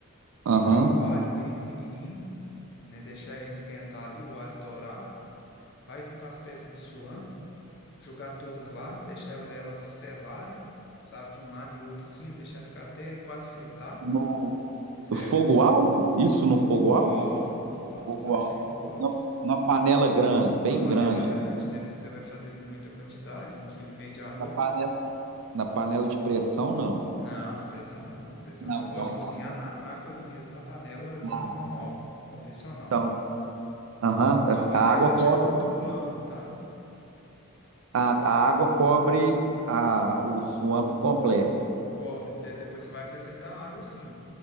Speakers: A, on the right (about 70°); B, on the left (about 50°).
A: Aham.
B: picar o alho bem pequenininho, né? Deixar esquentar ali, o alho dourar. Vai vir com as peças de suan, jogar todas lá, deixar elas selarem, sabe? De um lado e outro assim, deixar ficar até quase fritar,
A: No
B: certo?
A: no fogo alto? Isso
B: No
A: no
B: fogo
A: fogo alto?
B: alto, no fogo alto,
A: Fogo
B: pode
A: alto.
B: deixar em fogo alto.
A: Na, na panela grande, bem
B: Uma panela
A: grande.
B: grande, né? Porque você vai fazer com muita quantidade, um quilo e meio de arroz.
A: Na panela, na panela de pressão, não.
B: Não, de pressão não, de pressão
A: Não,
B: não. Eu gosto
A: então
B: de
A: tá.
B: cozinhar na água ali mesmo, na panela no-
A: Ah,
B: normal, convencional.
A: então, aham,
B: Uma panela
A: a a água cobre.
B: de fundo plano, tá?
A: A, a água cobre a, o swamp completo.
B: Cobre. De- depois você vai acrescentar água, sim.